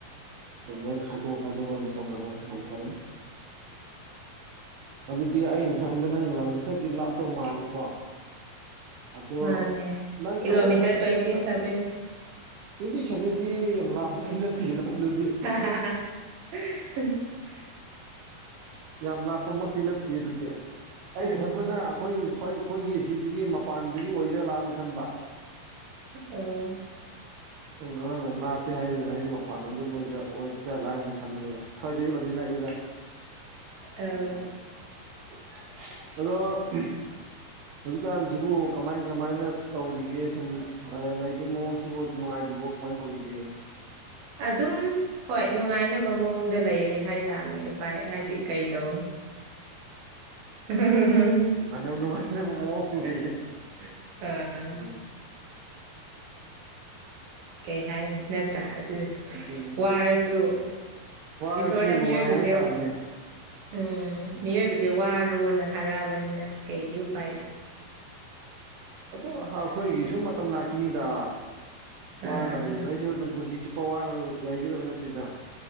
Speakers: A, on the right; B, on the right.
A: ꯗꯨꯝ ꯂꯣꯏ ꯈꯥꯏꯗꯣꯛ ꯈꯥꯏꯗꯣꯛꯑ ꯗꯨꯝ ꯇꯧꯅꯔꯦ ꯌꯥꯝ ꯐꯔꯦ ꯑꯗꯨꯗꯤ ꯑꯩꯟ ꯈꯟꯕꯗ ꯅꯪ ꯂꯝꯁꯦ ꯈꯔꯗꯤ ꯂꯥꯞꯇꯧ ꯃꯥꯜꯂꯤꯀꯣ ꯑꯗꯣ
B: ꯃꯥꯅꯦ
A: ꯅꯪ
B: ꯀꯤꯂꯣꯃꯤꯇꯔ
A: ꯑꯩꯈꯣꯏ ꯁ꯭ꯋꯥꯏꯗꯩꯔ
B: ꯇ꯭ꯋꯦꯟꯇꯤ
A: ꯅꯥ
B: ꯁꯚꯦꯟ
A: ꯇ꯭ꯋꯦꯟꯇꯤ ꯁꯚꯦꯟꯗꯤ ꯌꯥꯝ ꯂꯥꯞꯄꯗꯤ ꯅꯠꯇꯦꯗꯅ ꯑꯗꯨꯗꯤ
B: <unintelligible>
A: ꯌꯥꯝ ꯂꯥꯞꯄꯃꯛꯇꯤ ꯅꯠꯇꯦ ꯑꯗꯨꯗꯤ ꯑꯩꯅ
B: ꯎꯝ
A: ꯈꯟꯕꯅ ꯈꯣꯏ ꯁ꯭ꯋꯥꯏ ꯑꯈꯣꯏꯒꯤ ꯁꯤꯗꯒꯤ ꯃꯄꯥꯟꯗꯒꯤ ꯑꯣꯏꯖꯥꯠꯂꯅ ꯈꯟꯕ
B: ꯎꯝ
A: ꯅꯪ ꯅꯪꯅ ꯂꯥꯞꯄꯦ ꯍꯥꯏꯁꯤ ꯍꯥꯏꯗꯤ ꯃꯄꯥꯟ ꯂꯣꯝꯗꯒꯤ ꯑꯣꯏꯖ ꯑꯣꯏꯖꯥꯠꯂ ꯍꯥꯏꯅ ꯈꯟꯕꯅꯤꯗ ꯁ꯭ꯋꯥꯏꯗꯩ ꯑꯣꯏꯗꯤ ꯅꯛꯏꯗ ꯎꯝ
B: ꯑꯧ
A: ꯑꯗꯣ ꯍꯧꯖꯤꯛꯀꯥꯟꯁꯤꯕꯨ ꯀꯃꯥꯏ ꯀꯃꯥꯏꯅ ꯇꯧꯔꯤꯒꯦ ꯁꯨꯝ ꯑꯥ ꯂꯩꯕꯩ ꯃꯑꯣꯡꯁꯤꯕꯨ ꯅꯨꯡꯉꯥꯏꯔꯤꯕꯣ ꯀ꯭ꯋꯥꯏ ꯇꯧꯔꯤꯒꯦ
B: ꯑꯗꯨꯝ ꯍꯣꯏ ꯅꯨꯡꯉꯥꯏꯅꯕ ꯃꯑꯣꯡꯗ ꯂꯩꯔꯦ ꯍꯥꯏꯇꯥꯥꯝꯅꯦ ꯎꯄꯥꯏ ꯍꯥꯏꯗꯤ ꯀꯩ ꯇꯧꯅꯤ <unintelligible>
A: <unintelligible>
B: ꯑ
A: ꯎꯝ
B: ꯀꯩ ꯍꯥꯏꯅꯤ ꯅꯠꯇ꯭ꯔꯥ ꯑꯗꯨ
A: ꯑꯗꯨꯅꯤ
B: ꯋꯥꯔꯁꯨ
A: ꯋꯥꯔꯁꯨ
B: ꯏꯁꯣꯔꯗ
A: ꯅꯨꯡꯉꯥꯏ
B: ꯃꯤꯑꯣꯏꯕꯖꯦ
A: ꯍꯥꯏꯇꯥꯕꯅꯦ
B: ꯎꯝ
A: ꯎꯝ
B: ꯃꯤꯑꯣꯏꯕꯖꯦ ꯋꯥꯔꯣꯅ ꯊꯥꯔꯛꯑꯕꯅꯤꯅ ꯀꯩꯗꯤ ꯎꯄꯥꯏ ꯂꯩ
A: ꯑꯗꯨ ꯍꯥꯈꯣꯏꯒꯤꯁꯨ ꯃꯇꯝ ꯂꯥꯛꯈꯤꯅꯤꯗ
B: ꯑꯥ
A: ꯋꯥꯅ ꯂꯩꯕ ꯑꯩꯁꯨ ꯑꯗꯨꯝ ꯄꯨꯟꯁꯤ ꯆꯨꯞꯄ ꯋꯥꯅ ꯂꯩꯒꯗꯕ ꯅꯠꯇꯦꯗ